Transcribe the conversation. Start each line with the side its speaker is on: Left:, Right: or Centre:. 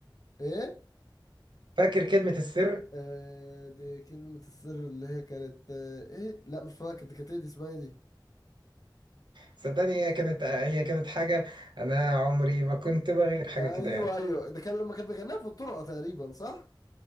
Left: ايه
Right: فاكر كلمه السر
Left: آه دي كلمة السر اللي هي كانت آه ايه لا مش فاكر دي كانت ايه دي اسمها إيه دي
Right: صدقني هي كانت هي كانت حاجه انا عمري ما كنت بغير حاجه
Left: ايوه
Right: كده يعني
Left: ايوه ده كان لما كان بيغنيها في الطرقة تقريبا صح